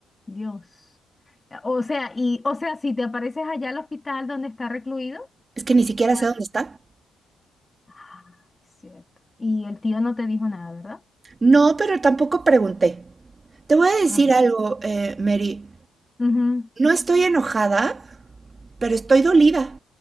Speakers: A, on the left (about 20°); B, on the right (about 30°).
A: Dios. O sea, y, o sea, si te apareces allá al hospital donde está recluido,
B: Es que ni siquiera
A: pues,
B: sé dónde está.
A: ah, es cierto. Y el tío no te dijo nada, ¿verdad?
B: No, pero tampoco pregunté. Te voy a decir
A: Ah,
B: algo, eh, Mary.
A: ujú,
B: No estoy enojada, pero estoy dolida.